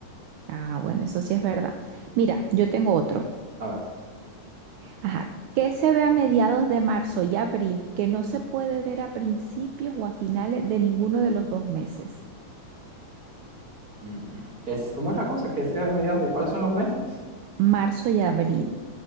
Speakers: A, on the right; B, on the right.
A: Ah, bueno, eso sí es verdad. Mira, yo tengo otro.
B: A ver,
A: Ajá. ¿Qué se ve a mediados de marzo y abril que no se puede ver a principios o a finales de ninguno de los dos meses?
B: mm, ¿qué es, cómo es la cosa? ¿Qué se ve a mediados de cuáles son los meses?
A: Marzo y abril.